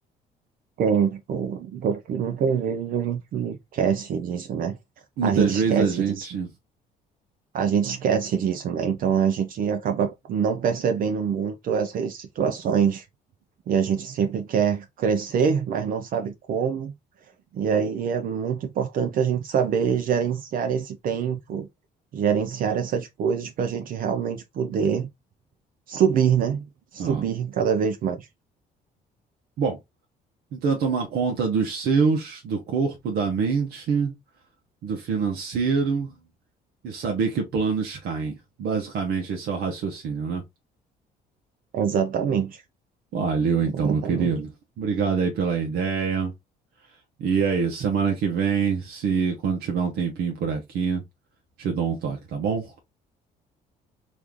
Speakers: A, on the right; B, on the right.
A: Tem, tipo, porque muitas vezes a gente esquece disso, né?
B: Muitas
A: A gente esquece
B: vezes a gente.
A: disso. A gente esquece disso, né? Então a gente acaba não percebendo muito essas situações. E a gente sempre quer crescer, mas não sabe como. E aí é muito importante a gente saber gerenciar esse tempo, gerenciar essas coisas para a gente realmente poder subir, né? Subir
B: Ó,
A: cada vez mais.
B: Bom, Então, é tomar conta dos seus, do corpo, da mente, do financeiro e saber que planos caem. Basicamente, esse é o raciocínio, né?
A: Exatamente,
B: Valeu, então,
A: exatamente.
B: meu querido. Obrigado aí pela ideia. E é isso. Semana que vem, se quando tiver um tempinho por aqui, te dou um toque, tá bom?